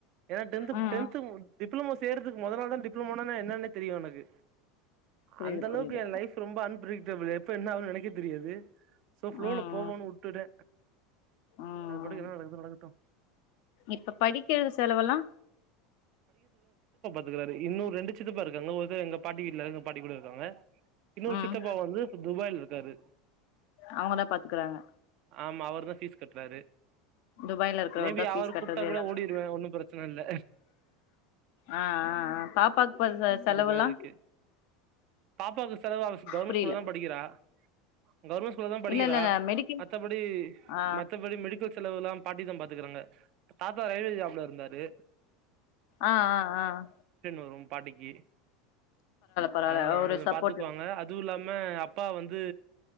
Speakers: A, on the right; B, on the left.
A: ஏன்னா டென்த்
B: ம்
A: ப்
B: ம்
A: டென்த் ப் டிப்ளமோ செய்றதுக்கு முத நாள் தா டிப்ளமோனா என்னன்னே தெரியு எனக்கு
B: புரியுது
A: அந்த அளவுக்கு
B: புரியுது
A: எ லைஃப் ரொம்ப அன்பிரி <unintelligible> எப்ப என்ன அகுனு எனக்கே தெரியாது சோ ஃப்ளோ
B: ம்
A: ல போவோனு
B: ம்
A: உட்டுட்ட
B: ம்
A: அது பாட்டுக்கு என்ன நடக்குதோ நடக்கட்டு
B: இப்ப படிக்கிறது செலவுல்லா
A: ருக்குறாரு இன்னு ரெண்டு சித்தப்பா இருக்காங்க ஒருத்தரு எங்க பாட்டி வீட்டுல எங்க பாட்டி கூட இருக்காங்க இன்னொரு
B: ம்
A: சித்தப்பா வந்து துபாய்ல இரு ருக்காரு
B: அவங்கதா பாத்துக்கறாங்க
A: ஆமா அவர் தான் ஃபீஸ் கட்றாரு
B: துபாய்ல இருக்கிறவர்
A: மே பி
B: தா ஃபீஸ்
A: அவரு
B: கட்டுறது
A: கூப்ட்டா கூட
B: எல்லாமே
A: ஓடிடுவ ஒன்னு பிரச்சன இல்ல அஹ்
B: ஆ ஆ ஆ பாப்பாக்கு ப செ செலவெல்லா
A: துபாயிலருக்கு பாப்பாவுக்கு செலவு அவ கவர்மெண்ட்
B: புரியல
A: ஸ்கூல்ல தா படிக்கிறா கவர்மெண்ட் ஸ்கூல்ல தா படிக்கிறா
B: இல்ல இல்ல இல்ல மெடிக்கல்
A: மத்தபடி
B: ஆ
A: மத்தபடி மெடிக் ஜுல் செலவு எல்லா பாட்டி தா பாத்துக்குறாங்க தாத்தா ரயில்வே ஜாப்ல இருந்தாரு
B: ஆஹ் ஆஹ் ஆஹ்
A: வரும் பாட்டிக்கு
B: பரவால்ல
A: அதுல அவங்க
B: ஒரு
A: கொஞ்சோ
B: சப்போர்ட்
A: பாத்துக்குவாங்க அது இல்லாம மு அப்பா வந்து